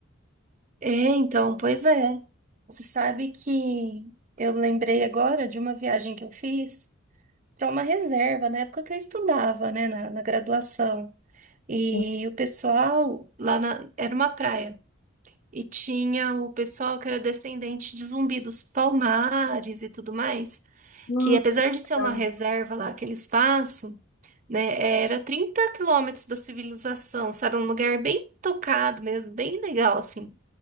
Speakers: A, on the right; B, on the left.
A: É, então, pois é. Você sabe que eu lembrei agora de uma viagem que eu fiz para uma reserva, na época que eu estudava, né, na, na graduação. E
B: Sim.
A: o pessoal lá na, era uma praia. E tinha o pessoal que era descendente de Zumbi dos Palmares e tudo mais,
B: Nossa,
A: que apesar de ser
B: então.
A: uma reserva lá, aquele espaço. né? Era 30 quilômetros da civilização, sabe? Um lugar bem tocado mesmo, bem legal, assim.